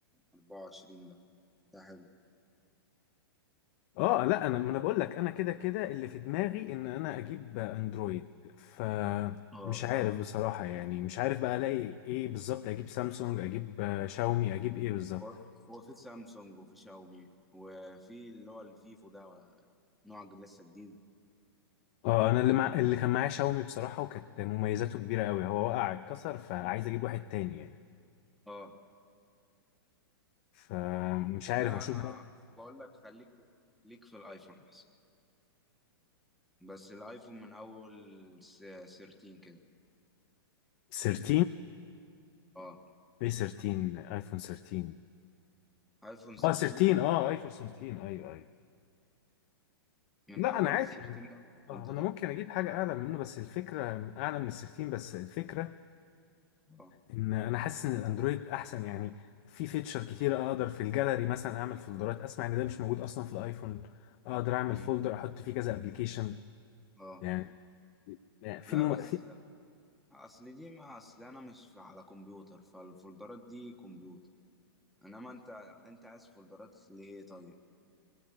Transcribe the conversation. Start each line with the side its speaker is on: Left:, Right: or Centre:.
Centre: 24 ده ده حلو
Left: اه لا انا ما انا بقول لك انا كده كده اللي في دماغي ان انا اجيب اندرويد ف
Centre: اه
Left: مش عارف بصراحه يعني مش عارف بقى الاقي ايه بالظبط اجيب سامسونج اجيب آه، شاومي اجيب ايه بالظبط
Centre: هو هو في سامسونج وفي شاومي وفي اللي هو الفيفو ده نوع جديد- لسه جديد
Left: اه انا اللي مع... اللي كان معايا شاومي بصراحه وكانت مميزاته كبيره قوي هو وقع اتكسر فعايز اجيب واحد تاني يعني
Centre: اه
Left: فمش عارف
Centre: لا
Left: اشوف
Centre: انا
Left: بقى
Centre: بقول لك خليك في- ليك في الايفون احسن بس الايفون من اول س- 13 كده
Left: 13
Centre: اه
Left: ايه 13 ايفون 13
Centre: ايفون 13
Left: اه 13 اه ايفون 13 ايوه ايوه
Centre: من
Left: لا
Centre: اول
Left: انا عادي
Centre: 13
Left: يعني
Centre: بقى وانت
Left: اه انا
Centre: طالع
Left: ممكن اجيب حاجه اعلى منه بس الفكره اعلى من ال 13 بس الفكره
Centre: اه
Left: ان انا حاسس ان الاندرويد احسن يعني في فيتشر كتير اقدر في الجاليري مثلا اعمل فولدرات اسمع ان ده مش موجود اصلا في الايفون اقدر اعمل
Centre: مم.
Left: فولدر احط فيه كذا ابلكيشن
Centre: اه
Left: يعني يعني في
Centre: لا
Left: مم...
Centre: بس
Left: في
Centre: اصل دي ما اصل انا مش في- على كمبيوتر فالفولدرات دي كمبيوتر انما انت انت عايز فولدرات لايه طيب